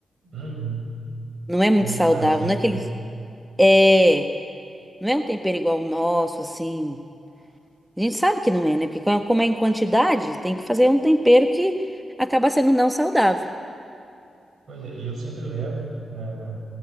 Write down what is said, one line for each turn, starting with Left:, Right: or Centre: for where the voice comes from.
Right: Uhum.
Centre: Não é muito
Right: Comida
Centre: saudável,
Right: caseira
Centre: não é
Right: ali.
Centre: aquele. É, não é um tempero igual o nosso, assim. A gente sabe que não é, né? Porque co- como é em quantidade, tem que fazer um tempero que acaba sendo não saudável.
Right: Pois é, e eu sempre levo é,